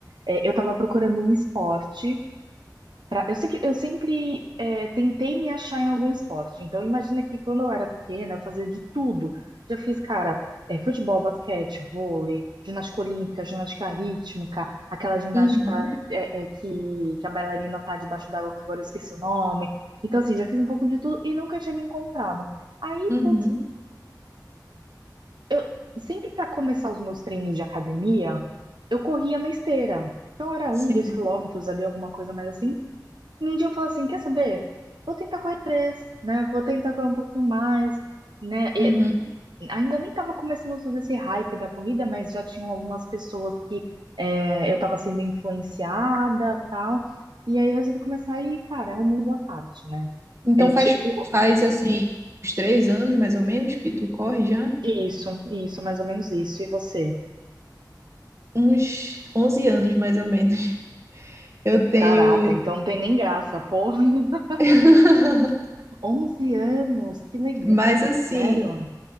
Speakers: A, on the right; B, on the right.
A: é, eu tava procurando um esporte Pra- eu sempre, eu sempre é, tentei me achar em algum esporte. Então, imagina que quando eu era pequena, eu fazia de tudo. Já fiz, cara, é, futebol, basquete, vôlei, ginástica olímpica, ginástica rítmica, aquela ginástica
B: Uhum,
A: é, é, que, que a bailarina tá debaixo d'água, que agora eu esqueci o nome. Então, assim, já fiz um pouco de tudo e nunca tinha me encontrado. Aí,
B: uhum,
A: putz, eu sempre para começar os meus treinos de academia, eu corria na esteira. Então, era um,
B: sim.
A: dois quilômetros ali, alguma coisa mais assim. E Um dia eu falo assim, quer saber? Vou tentar correr três, né? Vou tentar correr um pouquinho mais, né? E
B: Uhum.
A: ainda nem tava começando todo esse hype da corrida, mas já tinham algumas pessoas que é, eu tava sendo influenciada, tal. E aí eu resolvi começar e, cara, é um mundo à parte, né?
B: Então
A: É tipo
B: faz faz assim uns três anos mais ou menos que tu corre já?
A: isso, isso, mais ou menos isso. E você?
B: Uns 11 anos mais ou menos. Eu tenho
A: Caraca, então não tem nem graça, porra. <laughs>
B: <laughs>
A: onze anos, que legal,
B: Mas assim,
A: sério?